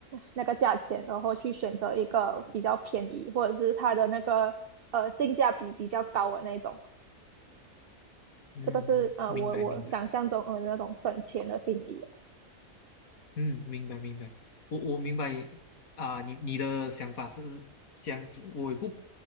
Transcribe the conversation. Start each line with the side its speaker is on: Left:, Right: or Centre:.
Right: 那个价钱，然后去选择一个比较便宜或者是它的那个呃性价比比较高的那种。
Left: 嗯，
Right: 这个是啊、
Left: 嗯明白明白。
Right: 呃我我想象中呃那种省钱的定义啊。
Left: 嗯，明白明白，我我明白啊，你你的想法是这样子，我也不